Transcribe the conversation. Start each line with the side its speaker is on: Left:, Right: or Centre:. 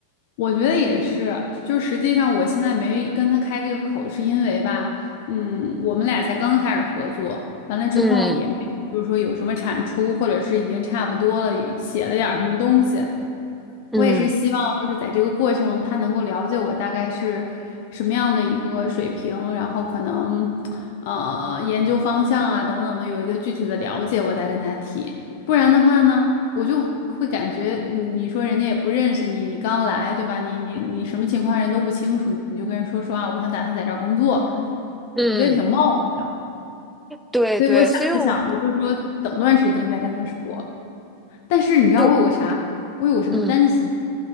Left: 我觉得也是，就是实际上我现在没跟他开这个口，是因为吧，嗯，我们俩才刚开始合作，完了之后也没有，
Centre: 嗯
Left: 就是说有什么产出，或者是已经差不多了，写了点儿什么东西。
Centre: 嗯
Left: 我也是希望就是在这个过程，他能够了解我大概是什么样的一个水平，然后可能呃研究方向啊等等的有一个具体的了解，我再跟他提。不然的话呢？我就会感觉你，你说人家也不认识你，你刚来，对吧？你你你什么情况人都不清楚，你就跟人说说啊，我想打算在这儿工作，
Centre: 嗯，
Left: 我觉得挺冒昧的。
Centre: 对对，
Left: 所以我想了想，
Centre: 所以我
Left: 我就说等段时间再跟他说。
Centre: 嗯
Left: 但是你知道我有个啥，
Centre: 就
Left: 我有个什么担心吗？
Centre: 嗯